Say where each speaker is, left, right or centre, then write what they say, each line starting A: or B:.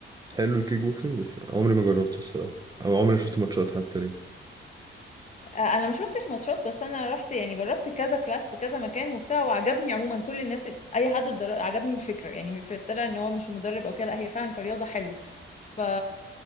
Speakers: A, on the right (about 20°); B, on the left (about 35°).
A: حلو الكيك بوكسنج بس عمري ما جربته الصراحه او عمري شفت ماتشات حتى ليه
B: آه، انا ما شفتش ماتشات بس انا رحت يعني جربت كذا كلاس في كذا مكان وبتاع وعجبني عموما كل الناس ال- اي حد اتدر- عجبني الفكره يعني في- طلع ان هو مش مدرب او كده لا هي فعلا كرياضه حلو ف